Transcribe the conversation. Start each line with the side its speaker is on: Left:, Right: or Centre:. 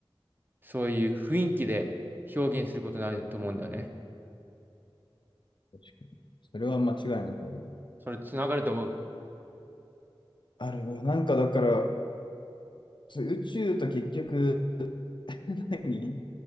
Right: そういう雰囲気で表現することになると思うんだよね。
Left: 確かに。それは間違いなくあるよね。
Right: それつながると思う。
Left: あるよ。なんかだから、そう宇宙と結局、<laughs> 何